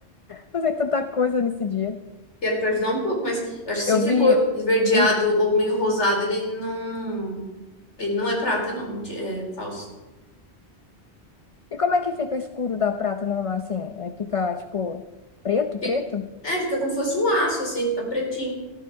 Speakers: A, on the left; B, on the left.
A: Fazer tanta coisa nesse dia.
B: Que Era pra ajudar um pouco, mas eu acho que se
A: Eu
B: ficou
A: vi.
B: esverdeado
A: um-
B: ou meio rosado, ele não. Ele não é prata, não. É falso.
A: E como é que fica o escuro da prata normal assim? É, fica tipo preto,
B: Fica-
A: preto?
B: É, fica como se fosse um aço, assim, fica pretinho.